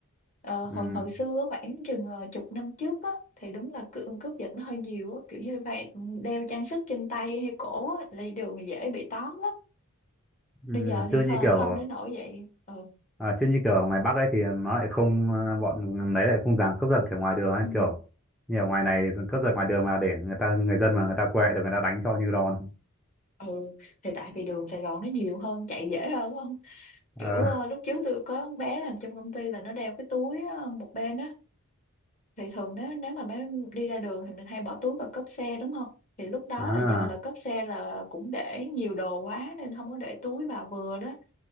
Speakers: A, on the left (about 35°); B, in the centre.
A: Ờ, hồi
B: ừ,
A: hồi xưa á, khoảng chừng ờ, chục năm trước á, thì đúng là cướp, cướp giật nó hơi nhiều á, kiểu như vậy đeo trang sức trên tay hay cổ á, là đều dễ bị tóm lắm
B: ừ,
A: bây giờ
B: chứ
A: thì
B: như
A: không,
B: kiểu
A: không đến nỗi vậy ừ.
B: à, chứ như kiểu ngoài Bắc ấy thì nó lại không ờ, bọn đấy lại không dám cướp giật kiểu ngoài đường ấy
A: Ừ.
B: kiểu như ở ngoài này cướp giật ngoài đường mà để người ta người dân mà người ta quệ được người ta đánh cho như đòn
A: ừ thì tại vì đường Sài Gòn nó nhiều hơn chạy dễ hơn đúng không
B: ờ
A: kiểu ờ, lúc trước tôi có con bé làm trong công ty là nó đeo cái túi ờ, một bên á thì thường nếu nếu mà bé đi ra đường thì mình hay bỏ túi vào cốp xe đúng không thì lúc đó
B: à
A: là do là cốp xe là cũng để nhiều đồ quá nên không có để túi vào vừa đó